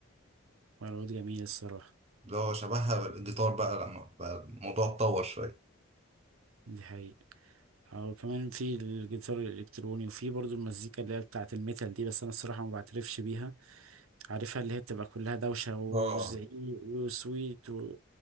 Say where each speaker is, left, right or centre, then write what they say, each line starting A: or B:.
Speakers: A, on the right; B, on the right.
A: والعود جميل الصراحه
B: اللي هو شبهها الجيتار بقى لما بقى الموضوع اتطور شوية
A: دي حقيقه او كمان في الجيتار الالكتروني وفي برضو المزيكا اللي هي بتاعه الميتال دي بس انا الصراحه ما بعترفش بيها عارفها اللي هي بتبقى كلها دوشه وزعيق
B: اه
A: وسويت و...